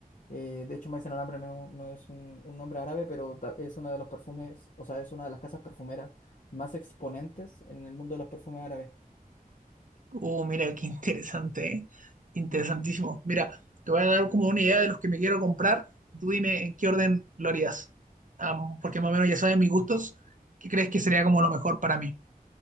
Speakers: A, on the left (about 55°); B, on the right (about 60°).
A: eh, de hecho, Maison Alhambra no, es un no es un- un nombre árabe, pero ta- es una de los perfumes, o sea, es una de las casas perfumeras más exponentes en el mundo de los perfumes árabes.
B: Oh, mira, qué interesante, ¿eh? Interesantísimo. Mira, te voy a dar como una idea de los que me quiero comprar. Tú dime en qué orden lo harías. Am, porque más o menos ya sabes mis gustos. ¿Qué crees que sería como lo mejor para mí?